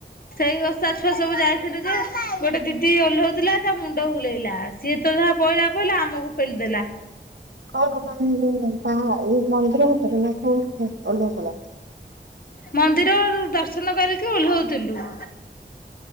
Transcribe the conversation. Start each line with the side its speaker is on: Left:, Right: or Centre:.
Left: ସେଇ ଓଷା ଛୁଆ ସବୁ ଯାଇଥିଲୁ ଯେ ଗୋଟେ ଦିଦି ଓହ୍ଲଉଥିଲା ତା ମୁଣ୍ଡ ବୁଲେଇଲା ସିଏ ସିଏ ତ ଯାହା ପଇଲା ପଇଲା ଆମକୁ ପେଲି ଦେଲା।
Right: କୋଉଠୁ ମାନେ ବାହା ଇଏ ମନ୍ଦିର ଭିତରେ ନା କୋଉଠୁ ଓହ୍ଲଉଥିଲା?
Left: ମନ୍ଦିରରୁ ଦର୍ଶନ କରିକି ଓହ୍ଲଉଥିଲୁ।